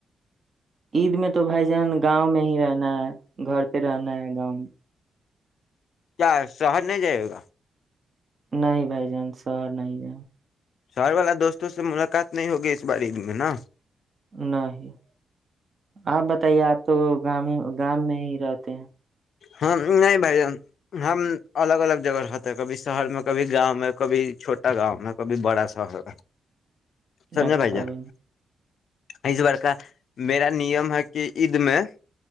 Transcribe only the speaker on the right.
عید میں تو تو بائی جان گاؤں میں ہی رہ رہنا ہے گھر پہ رہنا ہے گاؤں میں
نہیں بھائی جان سر نہیں ج
نہیں آپ بتائیے آپ تو گ گام میں ہی رہتے ہیں
اچھا
ب